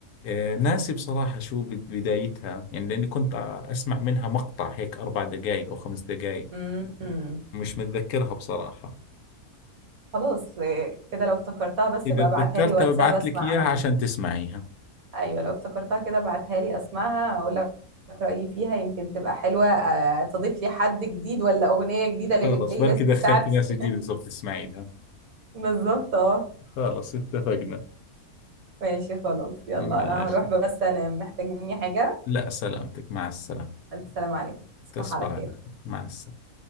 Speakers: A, on the left; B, on the right.
A: آه، ناسي بصراحه شو بد- بدايتها يعني لاني كنت آه، اسمع منها مقطع هيك اربع دقائق او خمس دقائق
B: م- م.
A: مش متذكرها بصراحه
B: خلاص إيه، كده لو افتكرتها بس
A: اذا
B: يبقى
A: تذكرتها
B: ابعتها لي واتساب
A: ببعث
B: اسمعها
A: لك اياها عشان تسمعيها
B: ايوه لو افتكرتها كده ابعتها لي اسمعها اقول لك رايي فيها يمكن تبقى حلوه آه، تضيف لي حد جديد ولا اغنيه جديده
A: <laughs> خلص
B: للبلاي
A: بركي
B: ليست
A: دخلت
B: بتاعتي
A: ناس جديده
B: <laughs>
A: صرت تسمعي لها
B: بالظبط اه
A: خلص اتفقنا
B: ماشي خلاص يلا
A: ماشي
B: انا هروح بس انا محتاج مني حاجه
A: لا سلامتك مع السلامه
B: الف سلام عليكم تصبح
A: تصبح
B: على
A: على
B: خير
A: خير مع السلامه